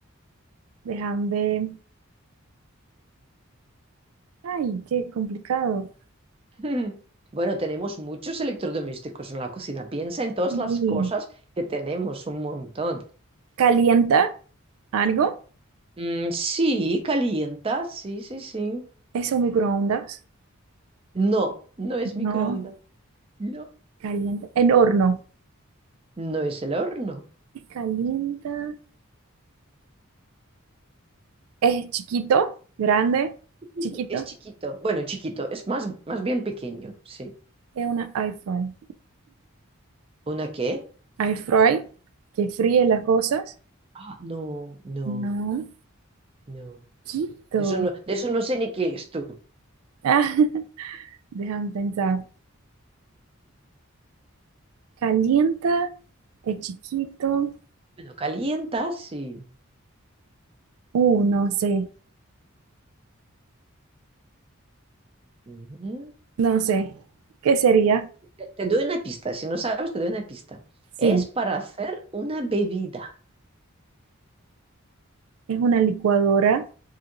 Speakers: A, on the right; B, on the right.
A: déjame ver. Ay, qué complicado.
B: <laughs> Bueno, tenemos muchos electrodomésticos en la cocina. Piensa en todas
A: Sí.
B: las cosas que tenemos, un montón.
A: ¿Calienta algo?
B: Mm, sí, calienta, sí, sí, sí.
A: ¿Es un microondas?
B: No, no es
A: No.
B: microondas. No,
A: ¿Calienta? ¿El horno?
B: no es el horno.
A: Sí, ¿Calienta? Es chiquito, grande,
B: Chiquito,
A: chiquito.
B: Es chiquito. Bueno, chiquito, es más, más bien pequeño, sí.
A: Es una air fry.
B: ¿Una qué?
A: Air fry que fríe las cosas.
B: Ah, no, no,
A: No,
B: no.
A: chiquito.
B: Eso no, de eso no sé ni qué es tú.
A: Ah, <laughs> déjame pensar. Calienta, es chiquito.
B: Bueno, calienta, sí.
A: Uh, no sé,
B: Ujú.
A: no sé. ¿Qué sería?
B: Te te doy una pista, si no sabes, te doy una pista.
A: Sí,
B: Es para hacer una bebida.
A: es una licuadora.